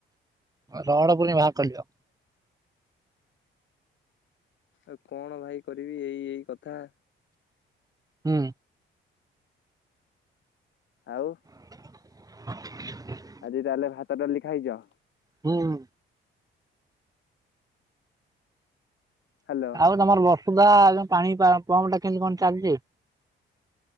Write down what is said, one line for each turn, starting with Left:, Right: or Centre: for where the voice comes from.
Right: ରଡ ପୁରେ଼ଇ ବାହାର କରିିଦିଅ।
Left: ଆଉ କଣ ଭାଇ କରିବି ଏଇ ଏଇ କଥା।
Right: ହୁଁ।
Left: ଆଉ।
Right: <inaudible>
Left: ଆଜି ତାହେଲେ ଭାତ ଡାଲି ଖାଇଛ।
Right: ହୁଁ ହୁଁ।
Left: ହ୍ୟାଲୋ।
Right: ଆଉ ତମର ବର୍ଷୁଧା ପାଣି ପମ୍ପ ଟା କେମିତି କଣ ଚାଲିଛି।